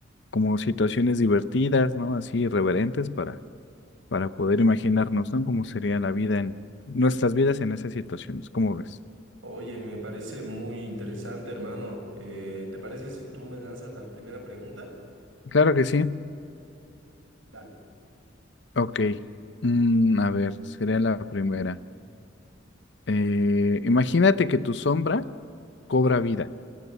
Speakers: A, on the left; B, on the right.
A: como situaciones divertidas, ¿no? Así irreverentes para, para poder imaginarnos, ¿no? Cómo sería la vida en nuestras vidas en esas situaciones. ¿Cómo ves?
B: Oye, me parece muy interesante, hermano. Eh, ¿te parece si tú me lanzas la primera pregunta?
A: Claro que sí.
B: Dale.
A: Ok. Mm, a ver, sería la primera. Eh, imagínate que tu sombra cobra vida